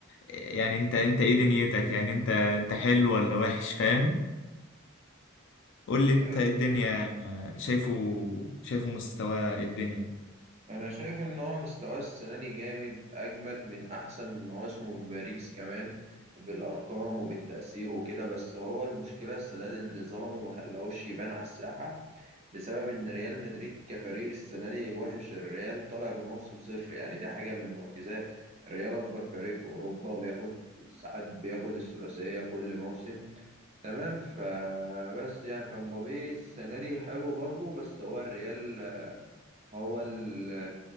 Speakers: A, on the left; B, on the right.
A: يعني انت انت ايه دنيتك يعني انت انت حلو ولا وحش فاهم قول لي انت
B: أيوة.
A: ايه الدنيا شايفه شايفه مستواه إيه الدنيا
B: انا شايف ان هو مستواه السنه دي جامد اجمد من احسن مواسمه في باريس كمان بالارقام وبالتاثير وكده بس هو المشكله السنه دي اللي ظلمه ما خلاهوش يبان على الساحه بسبب ان ريال مدريد كفريق السنه دي وحش الريال طالع بموسم صفر يعني ده حاجه من المعجزات الريال اكبر فريق في اوروبا وبياخد ساعات بياخد الثلاثيه كل موسم تمام فبس يعني فمبابي السنه دي حلو برضه بس هو الريال هو ال-